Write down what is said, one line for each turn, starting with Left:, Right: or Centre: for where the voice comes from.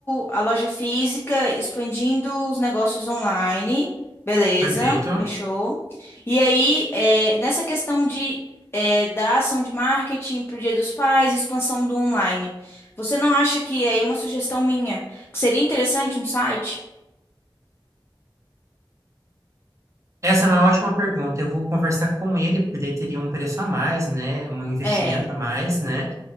Left: a loja física, expandindo os negócios online. Beleza,
Right: perfeito.
Left: fechou. E aí, é, nessa questão de, é, da ação de marketing para o Dia dos Pais, expansão do online, você não acha que aí é uma sugestão minha que seria interessante um site?
Right: Essa é uma ótima pergunta. Eu vou conversar com ele, porque daí teria um preço a mais, né? Um investimento
Left: É.
Right: a mais, né?